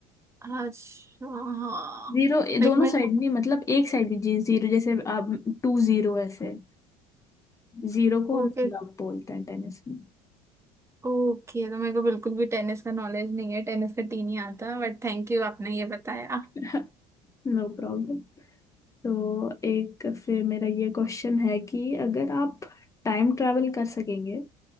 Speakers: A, on the right (about 20°); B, on the left (about 20°).
A: अच्छा हाँ
B: जीरो
A: लाइक
B: दोनों
A: मेरे
B: साइड नहीं मतलब एक साइड भी जी जीरो जैसे आप टू जीरो ऐसे जीरो को
A: ओके
B: हम लव बोलते हैं टेनिस में
A: ओके तो मेरे को बिल्कुल भी टेनिस का नॉलेज नहीं है टेनिस का टी नहीं आता बट थैंक यू आपने ये बताया
B: <laughs> No problem तो एक फिर मेरा ये क्वेश्चन है कि अगर आप टाइम ट्रैवल कर सकेंगे